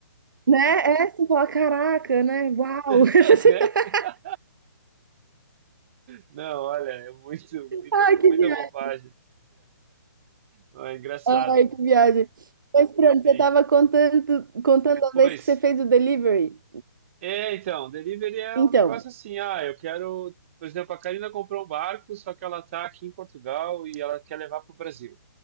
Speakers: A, on the right; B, on the right.
A: né? É, você fala, caraca, né? Uau!
B: <laughs>
A: <laughs>
B: Não, olha, é muito, muita,
A: Ai,
B: com
A: que
B: muita
A: viagem.
B: bobagem. Não, É engraçado.
A: Ai, que viagem. Mas pronto,
B: Sim.
A: você tava contando, contando a
B: Pois.
A: vez que você fez o delivery.
B: É, então, delivery é
A: Então,
B: um negócio assim, ah, eu quero, por exemplo, a Karina comprou um barco, só que ela está aqui em Portugal e ela quer levar para o Brasil.